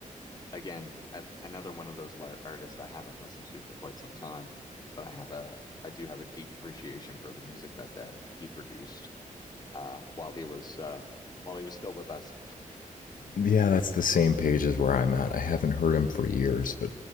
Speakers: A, on the left; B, on the left.
A: again, I, another one of those lar- artists I haven't listened to for quite some time, but I have a I do have a deep appreciation for the music that that he produced uh, while he was uh, while he was still with us.
B: Yeah, that's the same page as where I'm at. I haven't heard him for years, but